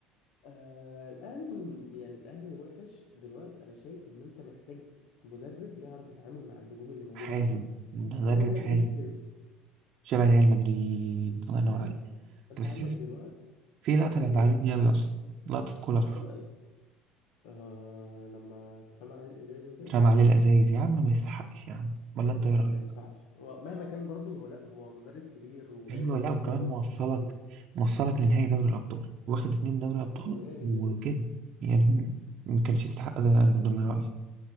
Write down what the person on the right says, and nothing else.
حازم
مدرب
حازم
شبه ريال مدريد الله ينور
عليك انت
بس
شفت
في لقطة
زعلتني أوي أصلا لقطة كولر
رمى عليه الأزايز يا عم ما يستحقش يا عم ولا انت
ايه رأيك
ايوه
لا وكمان
موصلك
موصلك لنهائي دوري الابطال واخد اتنين دوري
ابطال
وكده
يعني ما كانش يستحق ده انا من ضمن رايي